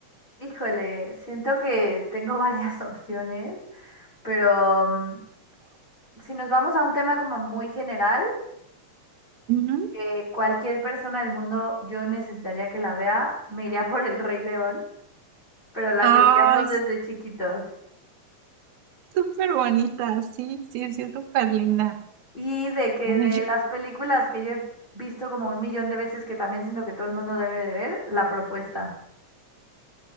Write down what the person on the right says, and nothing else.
Ujú.
Ay,
súper bonita, sí, sí, sí, es súper linda.
Ay,
yo-